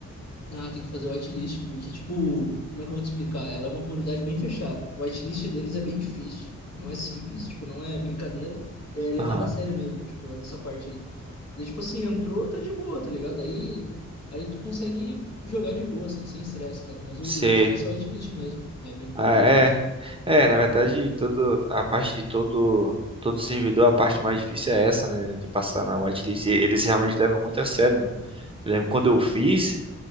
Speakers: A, on the left; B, on the right.
A: Ah, tem que fazer whitelist, porque, tipo, como é que eu vou te explicar? Ela é uma comunidade bem fechada. O whitelist deles é bem difícil, não é simples, tipo, não é brincadeira. É levado
B: Aham.
A: a sério mesmo, tipo, nessa parte aí. Daí, tipo assim, entrou, tá de boa, tá ligado? Aí, aí tu consegue jogar de boa, assim, sem estresse, cara. Mas
B: Sei.
A: o, o difícil é o whitelist mesmo, é bem,
B: Ah,
A: bem
B: é,
A: chatinho.
B: é, na verdade, todo, a parte de todo, todo servidor, a parte mais difícil é essa, né, de passar na whitelist. E Eles realmente levam muito a sério, mano. Eu lembro quando eu fiz,